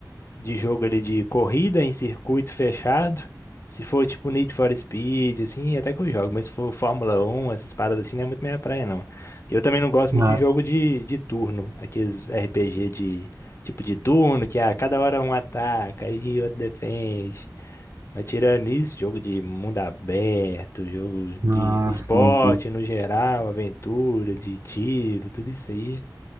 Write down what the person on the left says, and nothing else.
de jogo ali de corrida em circuito fechado. Se for tipo Need for Speed, assim, até que eu jogo. Mas se for Fórmula 1, essas paradas assim, não é muito minha praia, não. Eu também não gosto muito
de jogo de, de turno. Aqueles RPG de tipo de turno, que a cada hora um ataca e outro defende. Mas tirando isso, jogo de mundo aberto, jogo de
esporte
no geral, aventura, de tiro, tudo isso aí,